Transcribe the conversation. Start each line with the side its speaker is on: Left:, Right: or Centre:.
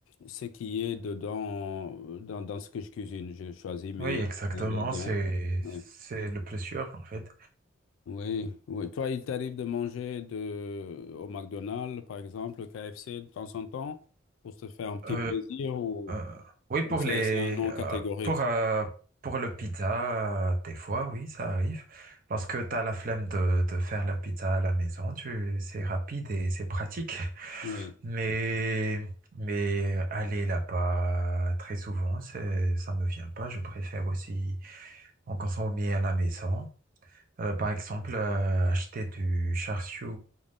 Left: ce qui est dedans, dans, dans ce que je cuisine. Je choisis mes
Right: Oui, exactement,
Left: ingrédients.
Right: c'est,
Left: Ouais.
Right: c'est le plus sûr, en fait.
Left: Oui, oui. Toi, il t'arrive de manger de... au McDonald's, par exemple, au KFC de temps en temps, pour se faire un petit
Right: Euh,
Left: plaisir ou,
Right: euh, oui,
Left: ou
Right: pour
Left: c'est
Right: les,
Left: c'est un non
Right: euh,
Left: catégorique?
Right: pour, euh, pour le pizza, euh, des fois, oui, ça arrive. Parce que tu as la flemme de, de faire la pizza à la maison, tu, c'est rapide et c'est pratique. <laughs>
Left: Oui.
Right: Mais, mais aller là-bas très souvent, c'est, ça me vient pas. Je préfère aussi en consommer à la maison. Euh, par exemple, euh, acheter du char siu